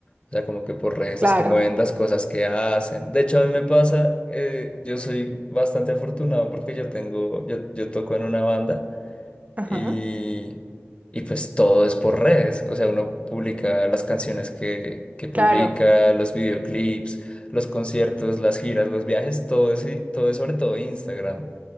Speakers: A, on the left; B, on the right.
A: O sea, como que por redes
B: Claro,
A: es que mueven las cosas que hacen. De hecho, a mí me pasa, eh, yo soy bastante afortunado porque yo tengo, yo, yo toco en una banda.
B: ajá,
A: y, y pues todo es por redes, o sea, uno publica las canciones que, que publica,
B: claro,
A: los videoclips, los conciertos, las giras, los viajes, todo es, todo es sobre todo Instagram.